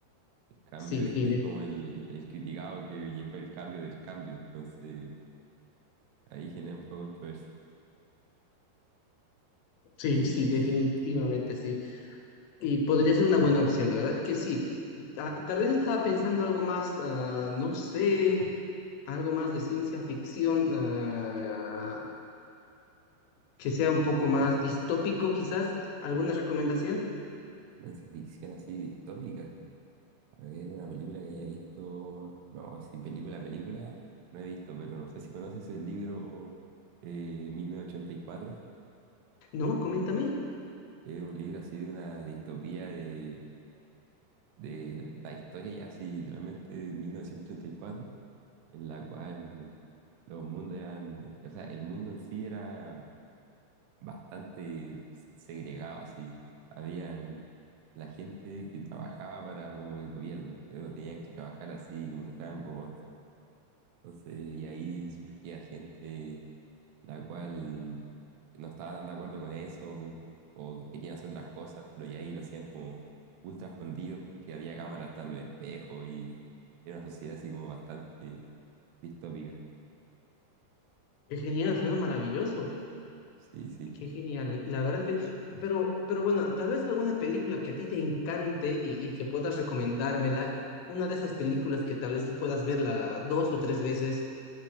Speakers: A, on the right; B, on the left.
A: En cambio,
B: Sí,
A: este
B: sí, de-
A: es como el, el criticado que fue el cambio del cambio. Entonces, ahí genera un poco de controversia.
B: sí,
A: Y
B: sí, definitivamente sí. Y podría ser una buena opción, la verdad que sí. Ta- tal vez estaba pensando algo más, ah, no sé, algo más de ciencia ficción. ah, que sea
A: mm,
B: un poco más distópico, quizás. ¿Alguna recomendación?
A: ciencia ficción así distópica. A ver, una película que haya visto. No, sí, película, película, no he visto, pero no sé si conoces el libro eh, mil novecientos ochenta y cuatro
B: No, coméntame.
A: Es un libro así de una distopía de, de la historia, ya así, literalmente de mil novecientos ochenta y cuatro en la cual los mundos eran. O sea, el mundo en sí era bastante segregado, así. Habían la gente que trabajaba para como el gobierno, pero tenían que trabajar así como si fueran robots. Entonces, y ahí surgía gente la cual no estaba tan de acuerdo con eso o que querían hacer otras cosas, pero ya ahí lo hacían como ultra escondidos porque había cámaras hasta en los espejos y era una sociedad así como bastante distópica.
B: Qué genial, suena maravilloso.
A: Sí, sí.
B: Qué genial. La verdad es que, pero, pero bueno, tal vez alguna película que a ti te encante y, y que puedas recomendármela. Una de esas películas que tal vez tú puedas verla dos o tres veces.